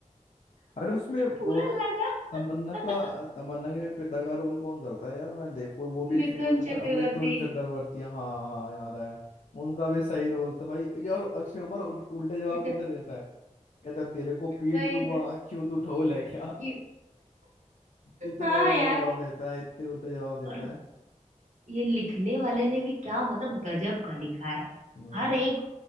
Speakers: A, on the left; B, on the right.
A: अरे उसमें वो
B: पूरा लगा
A: तमन्ना
B: <laughs>
A: का तमन्ना के पिता का रोल कौन करता है यार मैं देखो वो भी एक
B: मिथुन
A: फेमस एक्टर
B: चक्रवर्ती
A: अमितवन चक्रवर्ती हाँ हाँ हाँ, याद है उनका भी सही रोल था भाई यार अक्षय कुमार उल, उल्टे जवाब
B: <laughs>
A: कितने देता कहता तेरे को पीट
B: वही
A: दूंगा
B: तो
A: क्यों तू ढोल है क्या
B: कि-
A: <laughs> इतने
B: हाँ
A: उल्टा
B: यार
A: जवाब देता है इतने उल्टा जवाब देता
B: और
A: है
B: ये लिखने वाले ने भी क्या मतलब गजब का लिखा है
A: नहीं
B: हर
A: तो
B: एक